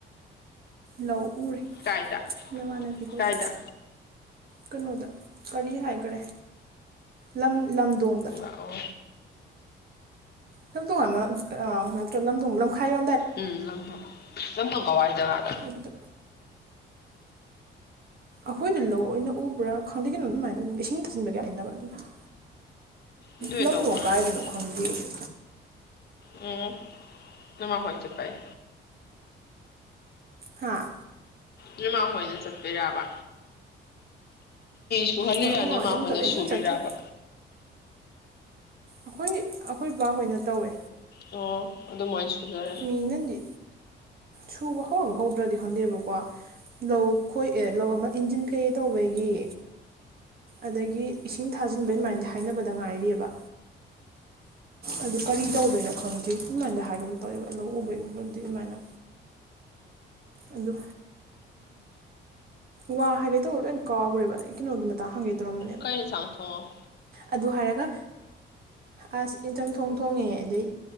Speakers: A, on the right; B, on the left.
A: ꯂꯧ ꯎꯔꯦ
B: ꯀꯥꯏꯗ
A: ꯅꯃꯥꯟꯅꯕꯤ ꯍꯣꯏꯁꯨ
B: ꯀꯥꯏꯗ
A: ꯀꯅꯣꯗ ꯀꯔꯤ ꯍꯥꯏꯒꯔꯦ ꯂꯝ ꯂꯝꯗꯣꯡꯗ
B: ꯑꯣ
A: ꯗꯨꯝ ꯇꯣꯡꯉꯥꯟꯕ ꯑ ꯅ <unintelligible> ꯂꯝꯈꯥꯏ ꯌꯧ
B: ꯎꯝ ꯂꯝꯃꯣꯡ ꯂꯝꯂꯣꯡ ꯀꯋꯥꯏ ꯖꯒꯥꯗ
A: ꯑꯗꯨꯗ ꯑꯩꯈꯣꯏꯗꯤ ꯂꯧ ꯑꯣꯏꯅ ꯎꯕ꯭ꯔꯥ ꯈꯪꯗꯦ ꯀꯅꯣ ꯑꯗꯨꯃꯥꯏꯅ ꯎ ꯏꯁꯤꯡ ꯊꯥꯟꯖꯤꯟꯕꯒꯤ ꯌꯥꯝ ꯍꯥꯏꯅꯕ ꯑꯗꯨꯅ
B: ꯑꯗꯨꯏ
A: ꯂꯝꯗꯣꯡ
B: ꯂꯧ ꯑꯣꯏꯔꯝꯅꯤ
A: ꯀꯥꯏꯗꯅꯣ ꯈꯪꯗꯦ ꯑꯩꯁꯨ꯫
B: ꯎꯝ <unintelligible>
A: ꯍꯥꯥ
B: ꯅꯣꯢ ꯃꯥ ꯍꯣꯏꯅ ꯆꯠꯄꯩꯔꯥꯕ ꯁꯨꯍꯜꯂꯤꯔꯥ
A: ꯍꯣꯏ ꯑꯩꯈꯣꯏ
B: ꯅꯣꯢ
A: ꯃꯥꯍꯣꯏꯗꯤ
B: ꯃꯥ
A: ꯑꯗꯨꯝ
B: ꯍꯣꯏꯅ
A: ꯆꯠꯂꯦ ꯑꯩꯗꯤ
B: ꯁꯨꯔꯤꯔꯥꯕ꯫
A: ꯑꯗꯨꯝ ꯆꯠꯇ꯭ꯔꯦ ꯑꯈꯣꯏ ꯑꯈꯣꯏ ꯕꯥ ꯍꯣꯏꯅ ꯇꯧꯋꯦ꯫
B: ꯑꯣ ꯑꯗꯨꯃꯥꯏꯅ ꯁꯨꯖꯔ
A: ꯃꯤꯅꯗꯤ ꯁꯨꯕ ꯍꯧꯔꯕ ꯍꯧꯗ꯭ꯔꯗꯤ ꯈꯟꯗꯦꯕꯀꯣ ꯂꯧ ꯈꯣꯏ ꯑꯦ ꯂꯧ ꯑꯃ ꯏꯟꯖꯤꯟ ꯀꯩꯀꯩ ꯇꯧꯕꯒꯤ꯫ ꯑꯗꯒꯤ ꯏꯁꯤꯡ ꯊꯥꯖꯤꯟꯕꯩ ꯑꯗꯨꯃꯥꯏꯅꯗꯤ ꯍꯥꯏꯅꯕꯗ ꯉꯥꯏꯔꯤꯑꯕ ꯑꯗꯨ ꯀꯔꯤ ꯇꯧꯗꯣꯏꯅꯣ ꯈꯪꯗ꯭ꯔꯤ ꯑꯗꯨꯃꯥꯏꯅꯗꯤ ꯍꯥꯏꯒꯨꯝ ꯇꯧꯋꯦꯕ ꯂꯧ ꯎꯕꯒꯤꯕꯗꯤ ꯑꯗꯨꯃꯥꯏꯅ꯫ ꯑꯗꯣ ꯋꯥ ꯍꯥꯏꯒꯦ ꯇꯧꯕ ꯂꯣꯏ ꯀꯥꯎꯒ꯭ꯔꯦꯕ ꯑꯩ ꯀꯩꯅꯣꯒꯤ ꯃꯇꯥꯡ ꯍꯪꯒꯦ ꯇꯧꯔꯝꯕꯅꯦꯕ꯫
B: ꯀꯩ ꯏꯟꯁꯥꯡ ꯊꯣꯡꯉꯕ
A: ꯑꯗꯨ ꯍꯥꯏꯔꯒ ꯑꯁ ꯌꯦꯟꯆꯝ ꯊꯣꯡ ꯊꯣꯡꯉꯦ ꯑꯗꯨꯢ